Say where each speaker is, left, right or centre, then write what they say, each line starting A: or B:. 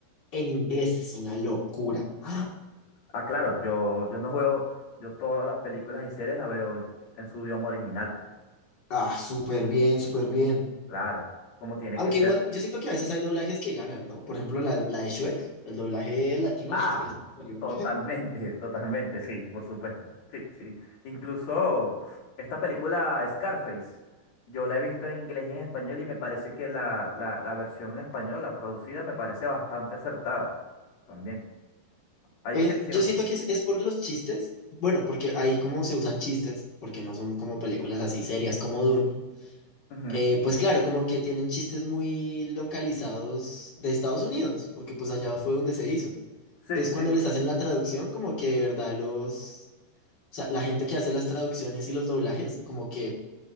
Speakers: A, on the left; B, on the left.
A: en inglés es una locura. <gasps>
B: Ah, claro, yo, yo no veo, yo todas las películas y series las veo en, en su idioma original, pues,
A: Ah, ah, súper bien, súper bien.
B: claro, como tiene
A: Aunque
B: que ser.
A: igual, yo siento que a veces hay doblajes que ganan, ¿no? Por ejemplo, la, la de Shrek, el doblaje latino
B: Ah,
A: es, es superior.
B: totalmente, totalmente, sí, por supuesto. Sí, sí. Incluso esta película Scarface, yo la he visto en inglés y en español y me parece que la, la, la versión en español, la traducida, me parece bastante acertada también. Hay
A: Eh,
B: excepciones.
A: yo siento que es, es por los chistes. Bueno, porque ahí como se usan chistes, porque no son como películas así serias como Dune.
B: Ujú.
A: eh, pues claro, como que tienen chistes muy localizados de Estados Unidos, porque pues allá fue donde se hizo.
B: Sí,
A: Entonces,
B: sí,
A: cuando les hacen la traducción, como que de verdad los... O sea, la gente que hace las traducciones y los doblajes, como que